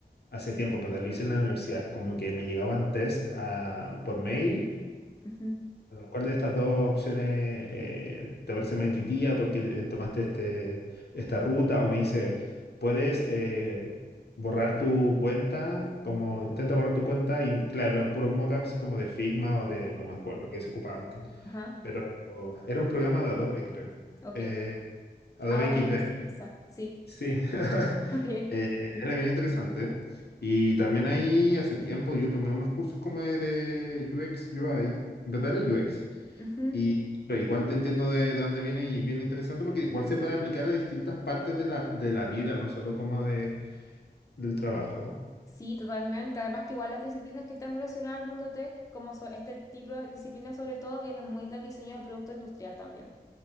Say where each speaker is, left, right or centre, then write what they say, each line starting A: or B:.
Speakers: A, on the left; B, on the left.
A: hace tiempo, pero lo hice en la universidad. Como que me llegaban test a- por mail.
B: Ujú.
A: ¿Cuál de estas dos opciones eh, te parece más intuitiva? porque eh, tomaste este, esta ruta? O me dice, ¿puedes eh, borrar tu cuenta? Como intenta borrar tu cuenta y claro, puros mockups como de Figma o de, no me acuerdo, que se ocupaba antes.
B: Ajá,
A: O- era un programa de Adobe, creo.
B: ok.
A: Eh, Adobe
B: Algo
A: XD.
B: de sí, quizá. Sí.
A: Sí. <laughs>
B: Ok, <laughs> ok.
A: Eh,
B: Sí.
A: era bien interesante. ¿eh? Y también ahí hace tiempo yo tomé unos cursos como de de UX, UI, en verdad era UX.
B: Ujú.
A: Y pero igual te entiendo de, de dónde viene y bien interesante porque igual se puede aplicar a distintas partes de la, de la vida, no solo como de, del trabajo.
B: Sí, totalmente. Además que igual las disciplinas que están relacionadas al mundo tech, como so- este tipo de disciplinas sobre todo, vienen muy del diseño de producto industrial también.